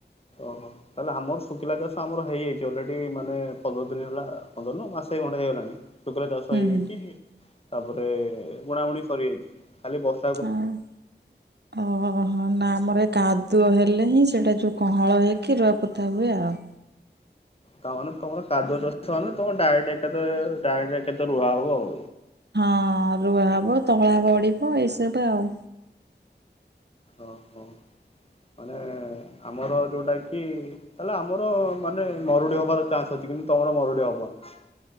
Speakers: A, on the left; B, on the right.
A: ଓହୋ। ତାହେଲେ ଆମର ଶୁଖିଲା ଚାଷ ଆମର ହେଇଯାଇଛି ଅଲରେଡି ମାନେ ପନ୍ଦର ଦିନ ହେଲା ପନ୍ଦର ନୁହ ମାସେ ଖଣ୍ଡେ ହେଇଗଲାଣି। ଶୁକିଲା ଚାଷ
B: ହୁଁ
A: ହେଇଯାଇଛି
B: ହୁଁ
A: ତାପରେ ବୁଣା ବୁଣି ସରିଯାଇଛି ଖାଲି ବର୍ଷ
B: ହଁ ଓହୋ ନା ଆମର କାଦୁଅ ହେଲେ ହିଁ ସେଇଟା ଯୋଉ କଣ ହଳ ହେଇକି ରୁଆ ପୋତା ହୁଏ ଆଉ।
A: ତାମାନେ ତମର କାଦୁ ଚାଷମାନେ ତମର ଡାଇରେକଟ ଡାଇରେକ୍ଟ ଏକା ଥରେ ରୁଆ ହବ ଆଉ।
B: ହଁ ରୁଆ ହବ ତଳା ବଢିବ ଏଇସବୁ ଆଉ।
A: ଓହୋ ମାନେ ଆମର ଯୋଉଁଟାକି ତାହେଲେ ଆମର ମାନେ ମରୁଡି ହବାର ଚାନ୍ସ ଅଛି କିନ୍ତୁ ତମର ମରୁଡି ହବନି।